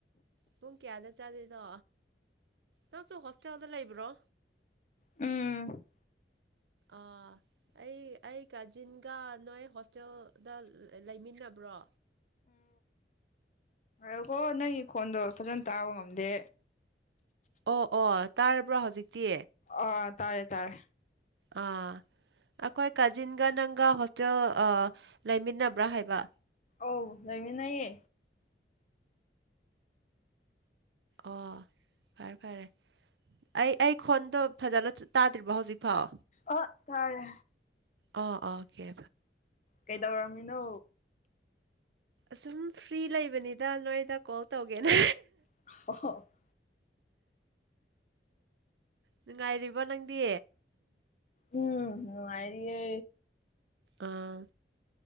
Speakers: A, on the right; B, on the left.
A: ꯄꯨꯡ ꯀꯌꯥꯗ ꯆꯥꯗꯣꯏꯗꯣ ꯅꯪꯁꯨ ꯍꯣꯁꯇꯦꯜꯗ ꯂꯩꯕ꯭ꯔꯣ
B: ꯎꯝ
A: ꯑꯥ ꯑꯩ ꯑꯩ ꯀꯥꯖꯤꯟꯒ ꯅꯣꯏ ꯍꯣꯁꯇꯦꯜꯗ ꯂꯩꯃꯤꯟꯅꯕ꯭ꯔꯣ
B: ꯑꯒꯣ ꯅꯪꯒꯤ ꯈꯣꯟꯗꯣ ꯐꯖꯅ ꯇꯥꯕ ꯉꯝꯗꯦ
A: ꯑꯣ ꯑꯣ ꯇꯥꯔꯕ꯭ꯔꯣ ꯍꯧꯖꯤꯛꯇꯤ
B: ꯑꯣ ꯇꯥꯔꯦ ꯇꯥꯔꯦ
A: ꯑ ꯑꯩꯈꯣꯏ ꯀꯥꯖꯤꯟꯒ ꯅꯪꯒ ꯍꯣꯁꯇꯦꯜ ꯂꯩꯃꯤꯟꯅꯕ꯭ꯔꯥ ꯍꯥꯏꯕ
B: ꯑꯧ ꯂꯩꯥꯃꯤꯟꯅꯩꯌꯦ
A: ꯑꯣ ꯐꯔꯦ ꯐꯔꯦ ꯑꯩ ꯑꯩ ꯈꯣꯟꯗꯣ ꯐꯖꯟꯅ ꯇꯥꯗ꯭ꯔꯤꯕꯣ ꯍꯧꯖꯤꯛꯐꯥꯎ
B: ꯑꯥ ꯇꯥꯔꯦ
A: ꯑꯣ ꯑꯣꯀꯦ
B: ꯀꯩꯗꯧꯔꯝꯃꯤꯅꯣ
A: ꯑꯁꯨꯝ ꯐ꯭ꯔꯤ ꯂꯩꯕꯅꯤꯗ ꯅꯣꯏꯗ ꯀꯣꯜ ꯇꯧꯒꯦꯅ
B: <unintelligible>
A: ꯅꯨꯡꯉꯥꯏꯔꯤꯕꯥ ꯅꯪꯗꯤ
B: ꯎꯝ ꯅꯨꯡꯉꯥꯏꯔꯤꯌꯦ
A: ꯑꯥ